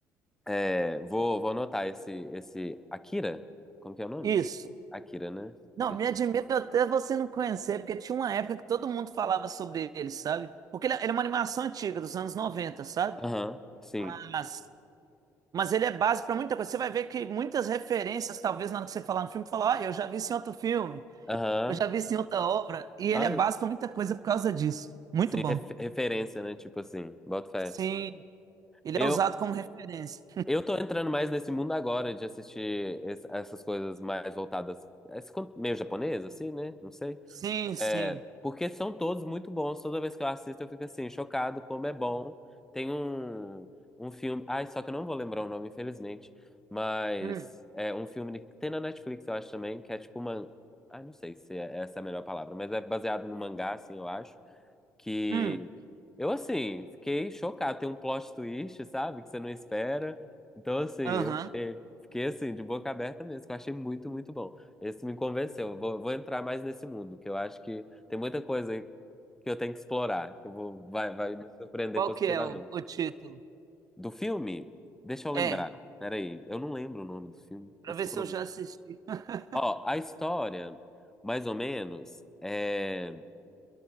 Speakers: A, in the centre; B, on the right (about 50°).
A: É, vou, vou anotar esse, esse. Akira? Como que é o nome?
B: Isso.
A: Akira, né?
B: Não,
A: Deixa
B: me admira
A: eu-
B: até você não conhecer, porque tinha uma época que todo mundo falava sobre ele, sabe? Porque ele, é, ele é uma animação antiga, dos anos noventa sabe?
A: Aham, sim.
B: Mas, mas ele é base para muita coisa. Você vai ver que muitas referências, talvez na hora que você falar no filme, falar, ah, eu já vi isso em outro filme,
A: Aham.
B: eu já vi isso em outra obra, e ele
A: Ah,
B: é base para muita coisa por causa disso. Muito
A: sim,
B: bom.
A: ref- referência, né? Tipo assim, boto fé.
B: Sim, ele
A: Eu,
B: é usado como referência.
A: eu tô entrando mais nesse mundo agora de assistir es- essas coisas mais voltadas. Esse, con- meio japonês, assim, né? Não sei.
B: Sim, sim.
A: É, porque são todos muito bons. Toda vez que eu assisto, eu fico assim, chocado como é bom. Tem um, um filme. Ai, só que eu não vou lembrar o nome, infelizmente. Mas
B: Hum,
A: é um filme que tem na Netflix, eu acho também, que é tipo uma. Ai, não sei se é, essa é a melhor palavra, mas é baseado no mangá, assim, eu acho que
B: hum.
A: eu assim, fiquei chocado, tem um plot twist, sabe, que você não espera. Então assim, eu
B: Aham.
A: fiquei, fiquei, assim de boca aberta mesmo, que eu achei muito, muito bom. Esse me convenceu. Eu Vou, vou entrar mais nesse mundo, que eu acho que tem muita coisa aí que eu tenho que explorar, que eu vou vai, vai me surpreender
B: Qual
A: positivamente.
B: que é o, o título?
A: Do filme, deixa eu lembrar.
B: É,
A: Peraí, eu não lembro o nome do filme.
B: para
A: Esse
B: ver
A: é o
B: se
A: problema.
B: eu já assisti. <laughs>
A: Ó, a história, mais ou menos, é,